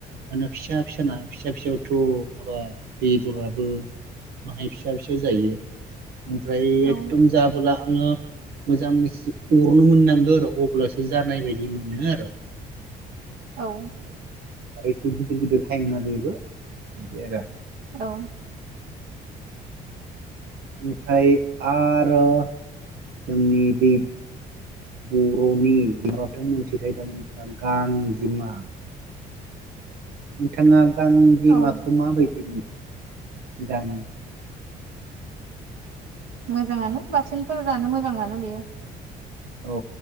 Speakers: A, on the right; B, on the right.
A: दाना फिसा फिसाना फिसा फिसायावथ ' माबा बेदराबो माहाय फिसा - फिसा जायो। ओमफ्राय
B: औ
A: एकदम जाबोला आङो मोजां अरनो मोननांगौ आरो अब्लासो जानाय बायदि मोनो आरो
B: औ
A: आरोसे गदिर गदिर टाइमा बेबो बि आरो
B: औ।
A: ओमफ्राय आरो जोंनि बे बर'नि माबाथों मोनथिखायदां नोंथांङा गांजेमा नोंथांआ गांजिमाखौ
B: औ
A: माबायदि नुयो जानो
B: मोजाङानो बाथोनफोर जानो मोजांआनो बेयो
A: औ